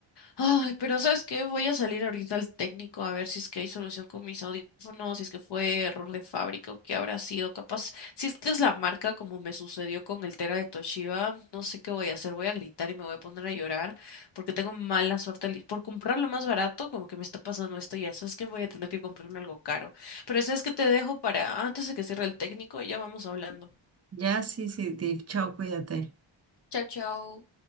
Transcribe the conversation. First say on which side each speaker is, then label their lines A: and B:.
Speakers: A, on the left; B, on the right.
A: Ay, pero ¿sabes qué? Voy a salir ahorita al técnico a ver si es que hay solución con mis audífonos, si es que fue error de fábrica o qué habrá sido. Capaz, si es que es la marca como me sucedió con el Tera de Toshiba, no sé qué voy a hacer. Voy a gritar y me voy a poner a llorar porque tengo mala suerte. al- Por comprarlo más barato, como que me está pasando esto y ya. ¿Sabes que Voy a tener que comprarme algo caro. Pero ¿sabes que Te dejo para antes de que cierre el técnico y ya vamos hablando.
B: Ya, sí, sí, Tiff, chao, cuídate.
A: Chao, chao.